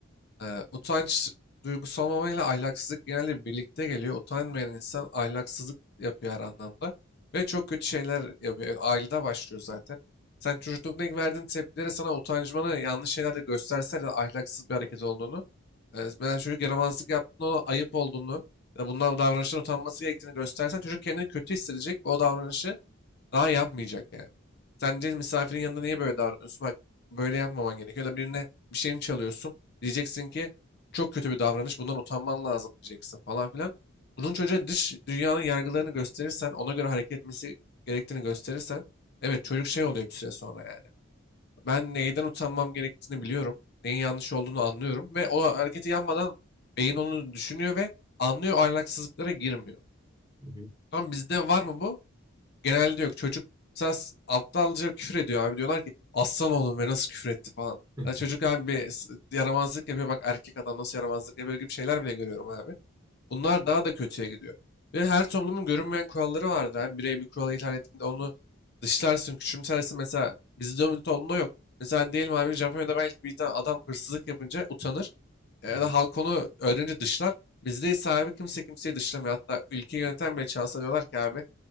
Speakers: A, on the left; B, on the right.
A: Ee, utanç duygusu olmamayla ahlaksızlık genelde birlikte geliyor. Utanmayan insan ahlaksızlık yapıyor her anlamda. Ve çok kötü şeyler yapıyor. Yani Ailede başlıyor zaten. Sen çocuklukta ilk verdiğin tepkilere sana utancmanı yanlış şeyler de gösterse de ahlaksız bir hareket olduğunu, e, ben çocuk yaramazlık yaptığında ona ayıp olduğunu, ya da bundan davranıştan utanması gerektiğini göstersen çocuk kendini kötü hissedecek. ve O davranışı daha yapmayacak yani. Sence misafirin yanında niye böyle davranıyorsun? Bak böyle yapmaman gerekiyor. Ya da birine bir şeyini çalıyorsun. Diyeceksin ki çok kötü bir davranış. Bundan utanman lazım diyeceksin falan filan. Bunun çocuğa dış dünyanın yargılarını gösterirsen, ona göre hareket etmesi gerektiğini gösterirsen, evet çocuk şey oluyor bir süre sonra yani. Ben neyden utanmam gerektiğini biliyorum. Neyin yanlış olduğunu anlıyorum ve o hareketi yapmadan beyin onu düşünüyor ve anlıyor ahlaksızlıklara girmiyor.
B: <laughs>
A: Tamam bizde var mı bu? Genelde yok. Çocuk mesela s- aptalca küfür ediyor abi. Diyorlar ki aslan oğlum ve nasıl küfür etti falan.
B: Hı
A: Ya çocuk abi bir s- yaramazlık yapıyor. Bak erkek adam nasıl yaramazlık yapıyor gibi şeyler bile görüyorum abi. Bunlar daha da kötüye gidiyor. Ve her toplumun görünmeyen kuralları vardır abi. Birey bir kuralı ihlal ettiğinde onu dışlarsın, küçümsersin. Mesela bizde o toplumda yok. Mesela diyelim abi Japonya'da belki bir tane adam hırsızlık yapınca utanır. Ya
B: hı.
A: da halk onu öğrenince dışlar. Bizde ise abi kimse kimseyi dışlamıyor. Hatta ülkeyi yöneten bile çalsa diyorlar ki abi